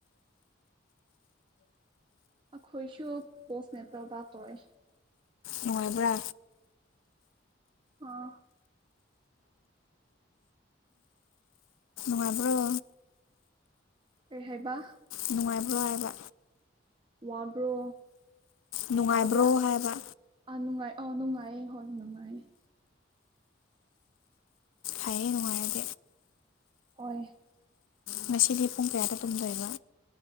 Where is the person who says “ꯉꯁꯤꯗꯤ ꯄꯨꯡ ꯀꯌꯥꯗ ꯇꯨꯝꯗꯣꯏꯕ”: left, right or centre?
Left